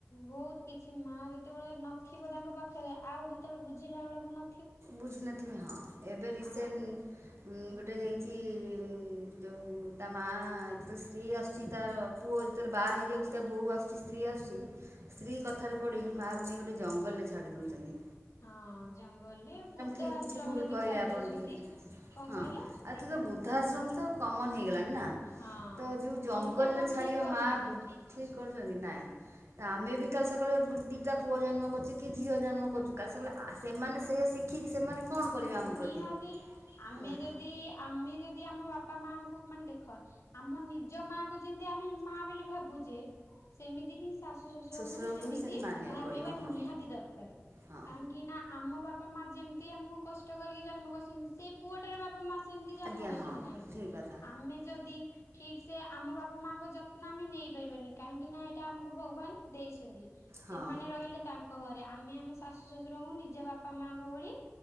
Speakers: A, on the left; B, on the right.
A: ବହୁତ କିଛି ମା ଯେତେବେଳେ ନଥିବ ତାଙ୍କ ପାଖରେ ଆଉ ହେତେବେଳେ ବୁଝିଲା ବେଳକୁ ନ
B: ବୁଝୁ ନଥିବେ ହଁ। ଏବେ ରିସେଣ୍ଟ
A: ଆଉ
B: ଉଁ
A: ହୁଁ
B: ଗୋଟେ ହେଇଚି <inaudible> ଯୋଉ ତା ମା ଯେତେବେଳେ ସ୍ତ୍ରୀ ଆସୁଚି ତାର ପୁଅ ଯେତେବେଳେ ବାହା ହେଇଯାଉଚି ତା ବୋହୂ ଆସୁଚି ସ୍ତ୍ରୀ ଆସୁଚି। ସ୍ତ୍ରୀ କଥାରେ ପଡିକି
A: ହଁ
B: ମାଆକୁ ନେଇ ଗୋଟ ଜଙ୍ଗଲ ଛାଡି ଦୋଉଚନ୍ତି।
A: ହଁ ଜଙ୍ଗଲ ଏ ବୁଦ୍ଧା
B: ଠିକ୍
A: ଆଶ୍ରମରେ
B: କି ଭୁଲ
A: ବି
B: କହିଲେ
A: ଛାଡି
B: ଆପଣ
A: ଦୋଉଚନ୍ତି।
B: ଟିକେ
A: କଣ
B: ହଁ
A: କହିଲେ?
B: ଆଉ ତ ବୃଦ୍ଧାଶ୍ରମ ତ କମନ ହେଇଗଲାଣି। ନାଁ
A: ହଁ
B: ତ ଯୋଉ ଜଙ୍ଗଲରେ
A: ସେଇଟା କଣ
B: ଛାଡିବା
A: ଠିକ୍ କରୁଛନ୍ତି
B: ମାଆକୁ ଠିକ୍ କରୁଚନ୍ତି ନାଇଁ। ଆମେ ବି କାଲି ସକାଳେ ଦିଟା ପୁଅ ଜନ୍ମ କରିଚି କି ଝିଅ ଜନ୍ମ କରୁଛୁ କାଲି ସକାଳେ ସେମାନେ ସେଇଆ ଶିଖିକି ସେମାନେ କଣ କରିବେ ଆମ ପ୍ରତି
A: ନିହାତି ଆମେ
B: ହେଲା।
A: ଯଦି ଆମେ ଯଦି ଆମ ବାପା ମା ମାନେ ଦେଖ ଆମ ନିଜ ମାଆକୁ ଯେମିତି ଆମେ ମା ବୋଲି ଭାବୁୁ ଯେ ସେମିତି ହିଁ ଶାଶୁ ଶଶୁରଙ୍କୁ
B: ଶ୍ୱଶୁରଙ୍କୁ
A: ବି ସେମିତି
B: ମାନିବାକୁ
A: ଭାବିବା
B: ପଡ଼ିବ
A: ନିହାତି
B: ହଁ
A: ଦରକାର,
B: ହଁ।
A: କାହିଁକି ନା ଆମ ବାପା ମା ଯେମିତି ଆମକୁ ନଷ୍ଟ କରିକି ଜନ୍ମ କରି ସେଇ ପୁଅଟାର ବାପା ମା ସେମତି ଜନ୍ମ
B: ଆଜ୍ଞା
A: କରିଛନ୍ତି
B: ହଁ
A: ନାହିଁ,
B: ଠିକ୍ କଥା
A: ଆମେ ଯଦି ଠିକ ସେ ଆମ ବାପା ମାଙ୍କ ଯ ଆମେ ନେଇପାରିବାନି କାହିଁକି ନା ଏଇଟା ଆମକୁ ଭଗବାନ ଦେଇଛନ୍ତି। ସେମାନେ
B: ହଁ
A: ରହିଲେ ତାଙ୍କ ଘରେ ଆମେ ଆମ ଶ ଶଶୁ ଶଶୁରଙ୍କୁ ନିଜ ବାପା ମାଆଙ୍କ ଭଳି